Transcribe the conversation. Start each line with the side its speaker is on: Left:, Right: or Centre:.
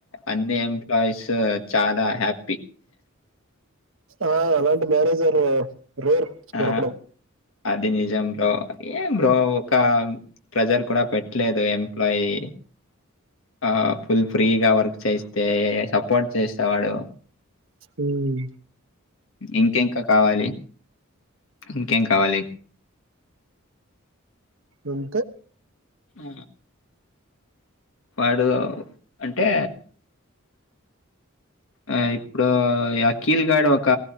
Left: అన్ని ఎంప్లాయీస్ చాలా హ్యాపీ
Right: ఆ అలాంటి మేనేజర్ రేర్
Left: ఆ!
Right: దొరకడం
Left: అది నిజం బ్రో ఎం బ్రో ఒక ప్రెజర్ కూడా పెట్టలేదు ఎంప్లాయి ఆ ఫుల్ ఫ్రీగా వర్క్ చేయిస్తే సపోర్ట్ చేసేవాడు
Right: ఉను
Left: ఇంక ఇంకా కావాలి ఇంకేం కావాలి
Right: అంతే
Left: ఆ వాడు అంటే ఆ ఇప్పుడు అఖిల్ గాడు ఒక